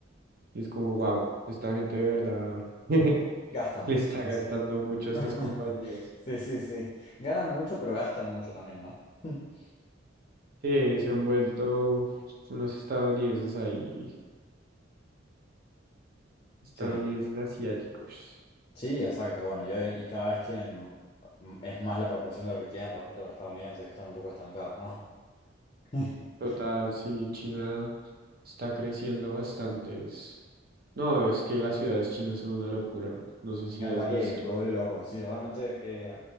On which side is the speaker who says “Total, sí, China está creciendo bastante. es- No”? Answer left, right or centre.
Right